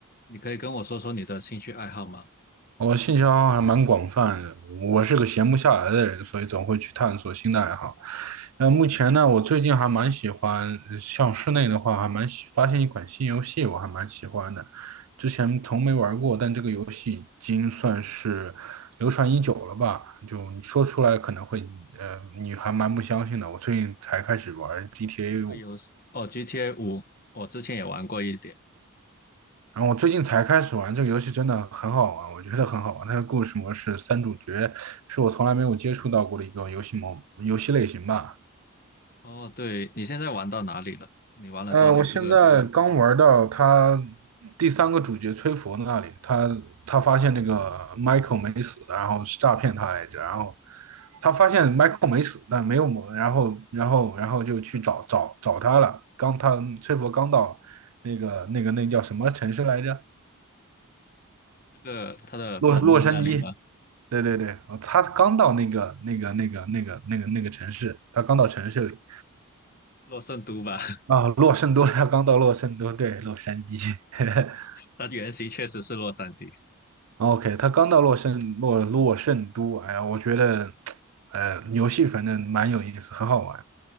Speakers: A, on the left (about 40°); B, on the right (about 80°).
A: 你可以跟我说说你的兴趣爱好吗？
B: 我兴趣爱好还蛮广泛的，我是个闲不下来的人，所以总会去探索新的爱好。那目前呢，我最近还蛮喜欢，呃像室内的话，还蛮喜发现一款新游戏，我还蛮喜欢的。之前从没玩过，但这个游戏已经算是流传已久了吧？就你说出来可能会，呃，你还蛮不相信的。我最近才开始玩 GTA
A: 这个游戏哦，GTA
B: 五。
A: 五，我之前也玩过一点。
B: 然后我最近才开始玩这个游戏，真的很好玩，我觉得很好玩。它的故事模式三主角是我从来没有接触到过的一个游戏模游戏类型吧。
A: 哦，对，你现在玩到哪里了？你玩了多久这个
B: 呃，我现在刚玩到他
A: GTA 五？
B: 第三个主角崔佛那里，他他发现那个 Michael 没死，然后是诈骗他来着，然后他发现 Michael 没死，但没有谋，然后然后然后就去找找找他了。刚他崔佛刚到那个那个那叫什么城市来着？
A: 这个它的坟墓那里吗？
B: 洛洛杉矶。对对对，他刚到那个那个那个那个那个那个城市，他刚到城市里
A: 洛圣都吧，<laughs>
B: 啊，洛圣多，他刚到洛圣多，对，洛杉矶 <laughs>
A: 它原型确实是洛杉矶。
B: ，OK，他刚到洛圣洛洛圣都，哎呀，我觉得，呃，游戏反正蛮有意思，很好玩